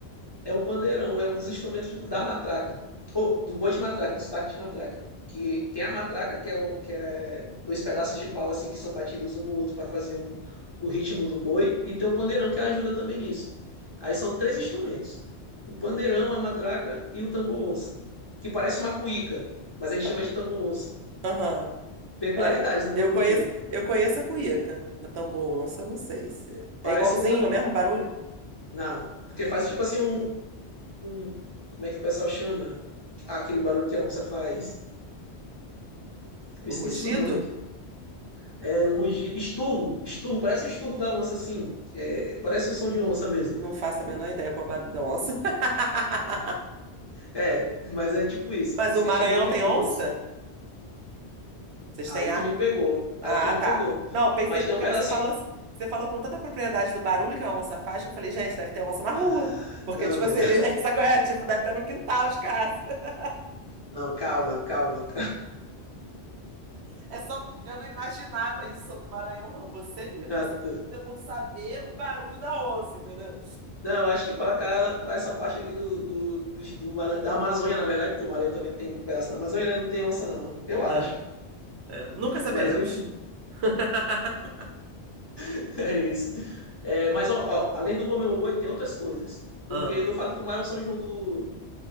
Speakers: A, on the left; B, on the right.
A: É um pandeirão, é um dos instrumentos da matraca. Ou do boi de matraca, do sotaque de matraca. Que tem a matraca, que é, o- que é dois pedaços de pau assim que são batidos um no outro para fazer um- o ritmo do boi, e tem o pandeirão que ajuda também nisso. Aí são três instrumentos: o pandeirão, a matraca e o tambor onça, que parece uma cuíca, mas a gente
B: Ah,
A: chama de tambor onça.
B: Aham.
A: Peculiaridade
B: É,
A: do boi-
B: eu conheço,
A: boi.
B: eu conheço a cuíca, da tambor onça, eu não sei se.
A: Parece
B: É igualzinho,
A: com tambor.
B: o mesmo barulho?
A: Não, porque faz tipo assim um, um- um- Como é que o pessoal chama? Aquele barulho que a onça faz. Eu
B: Um
A: esqueci
B: rugido?
A: o nome. É um rugido. Estorro. Estorro. Parece um estorro da onça, assim. É, parece um som de onça mesmo.
B: Não faço a menor ideia qual é o barulho da onça. <laughs>
A: É, mas é tipo isso.
B: Mas
A: Por isso
B: o
A: que
B: Maranhão
A: eles chamam de
B: tem
A: tomonça.
B: onça? Vocês
A: Aí
B: têm,
A: tu me pegou.
B: Ah,
A: Aí tu me
B: tá.
A: pegou.
B: Não, pensei,
A: Mas
B: porque
A: tem um pedacinho.
B: você falou, você falou com tanta propriedade do barulho que a onça faz, que eu falei, gente, deve ter onça na
A: Ah,
B: rua. Porque,
A: não,
B: tipo
A: mas.
B: assim,
A: <laughs>
B: ele, <laughs> sabe qual é? Tipo, deve ter no quintal de casa. <laughs>
A: Não, calma, calma.
B: É só, eu não imaginava isso sobre o Maranhão, não. Você que me trouxe
A: calma.
B: a dúvida por saber o barulho da onça, entendeu?
A: Não, eu acho que para cá, para essa parte aqui do, do, do, do Maran... da Amazônia, na verdade, porque o Maranhão também tem um pedaço da Amazônia, né? Não tem onça, não. Eu acho.
B: É, é, nunca saberemos.
A: Mas enfim.
B: <laughs>
A: <laughs> É isso. É, mas, ó, ó, além do Gomes Boi, tem outras coisas. Porque
B: Ah,
A: eu falo que o maior São João do.